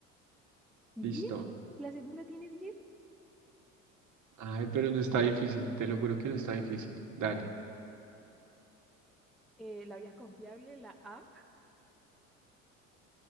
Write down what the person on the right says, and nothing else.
Listo.
Ay, pero no está difícil, te lo juro que no está difícil. Dale.